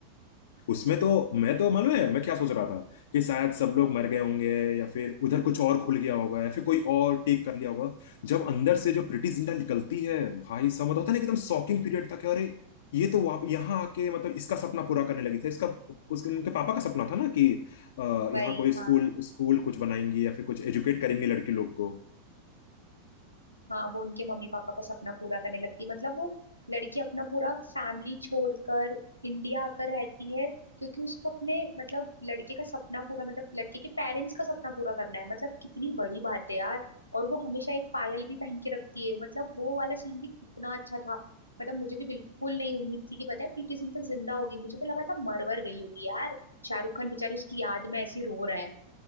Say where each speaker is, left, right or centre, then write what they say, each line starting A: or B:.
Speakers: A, on the left (about 60°); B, on the left (about 80°).
A: उसमें तो मैं तो मालूम है मैं क्या सोच रहा था कि शायद सब लोग मर गए होंगे या फिर उधर कुछ और खुल गया होगा या फिर कोई और टेक कर लिया होगा जब अंदर से जो प्रीटी जिंटा निकलती है भाई सब मतलब होता है ना एकदम शॉकिंग पीरियड था कि अरे ये तो वहाँ यहाँ आके मतलब इसका सपना पूरा करने लगी थी इसका उसके उनके पापा का सपना था ना कि अ, यहाँ
B: वही
A: कोई स्कूल
B: हाँ
A: स्कूल कुछ बनाएंगी या फिर कुछ एजुकेट करेंगे लड़की लोग को
B: हाँ वो उनके मम्मी पापा का सपना पूरा करने लगती है मतलब वो लड़की अपना पूरा फैमिली छोड़कर इंडिया आकर रहती है क्योंकि उसको अपने मतलब लड़के का सपना पूरा मतलब लड़के के पेरेंट्स का सपना पूरा करना है मतलब कितनी बड़ी बात है यार और वो हमेशा एक पायल भी पहन के रखती है मतलब वो वाला सीन भी कितना अच्छा था मतलब मुझे भी बिल्कुल नहीं उम्मीद थी कि पता है प्रीति जिंटा जिंदा होगी मुझे तो लगा था मरवर गई होगी यार शाहरुख खान बेचारी उसकी याद में ऐसी रो रहा है